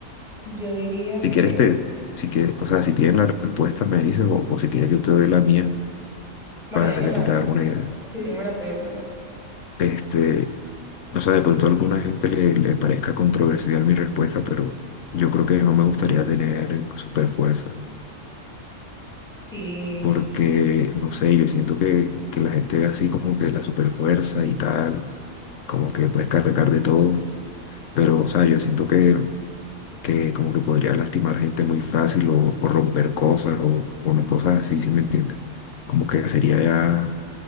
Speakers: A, in the centre; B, on the left (about 65°).
A: yo diría
B: Si
A: que,
B: quieres, te, si quieres, o sea, si tienes la respuesta, me dices, o, o si quieres, yo te doy la mía
A: bueno,
B: para
A: dime
B: que
A: la,
B: tú te hagas una idea.
A: sí, dime la tuya primero.
B: Este, O sea, de pronto a alguna gente le, le parezca controversial mi respuesta, pero yo creo que no me gustaría tener super fuerza,
A: Sí,
B: porque, no sé, yo siento que, que la gente ve así como que la super fuerza y tal, como que puedes cargar de todo, pero, o sea, yo siento que que como que podría lastimar gente muy fácil o, o romper cosas o, o no cosas así, ¿sí me entiendes? Como que sería ya,